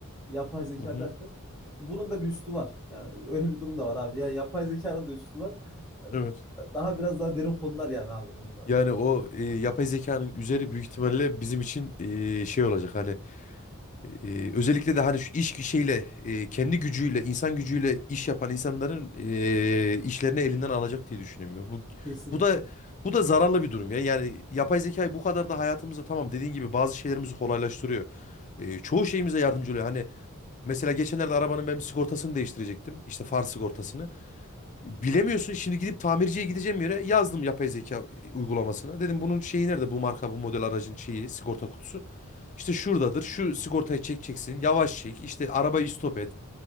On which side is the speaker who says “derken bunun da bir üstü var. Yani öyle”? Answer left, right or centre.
Centre